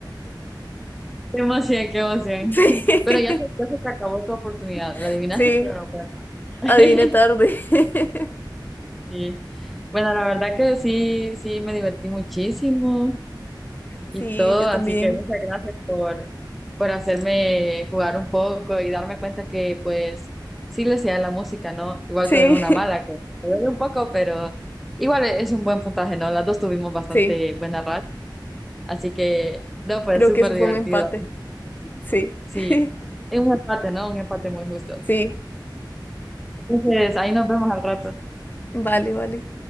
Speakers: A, in the centre; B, on the left (about 25°).
A: <laughs> Qué emoción, qué emoción.
B: Sí,
A: <laughs> Pero ya se, ya se te acabó tu oportunidad.
B: <laughs>
A: La adivinaste,
B: sí,
A: pero no cuenta. <laughs>
B: Adiviné tarde. <laughs>
A: Sí. Bueno, la verdad que sí, sí, me divertí muchísimo.
B: Sí,
A: y todo.
B: yo también.
A: Así que muchas gracias por, por hacerme jugar un poco y darme cuenta que pues sí le sea la música, ¿no? Igual
B: Sí,
A: tuve una mala
B: <laughs>
A: que me duele un poco, pero igual es un buen puntaje, ¿no? Las dos tuvimos bastante
B: sí,
A: buena racha, así que no, fue
B: creo
A: súper
B: que eso fue
A: divertido.
B: un empate. Sí,
A: Sí,
B: <laughs>
A: es un empate, ¿no? Un empate muy justo.
B: sí,
A: Entonces, ahí nos vemos al rato.
B: vale, vale.